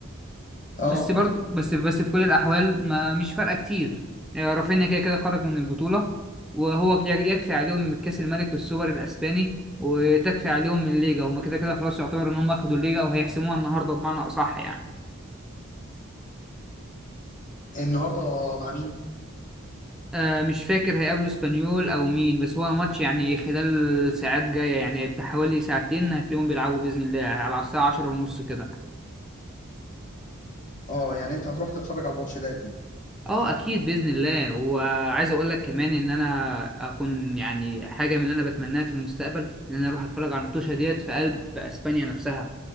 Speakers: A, on the left; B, in the centre.
A: اه
B: بس برضو بس بس في كل الأحوال ما مش فارقة كتير آه، رافينيا كده كده خرج من البطولة وهو يك- يكفي عليهم كأس الملك والسوبر الأسباني وتكفي عليهم الليجا هما كده كده خلاص يعتبر إن هم أخدوا الليجا وهيحسموها النهاردة بمعنى أصح يعني
A: النهاردة مع مين؟
B: آه مش فاكر هيقابلوا اسبانيول أو مين بس هو ماتش يعني خلال ساعات جاية يعني بتاع حوالي ساعتين هتلاقيهم بيلعبوا بإذن الله على الساعة عشرة ونص كده
A: اه يعني أنت هتروح تتفرج على الماتش ده أكيد
B: اه اكيد باذن الله وعايز اقول لك كمان ان انا اكون يعني حاجه من اللي انا بتمناها في المستقبل ان انا اروح اتفرج على الماتشة ديت في قلب اسبانيا نفسها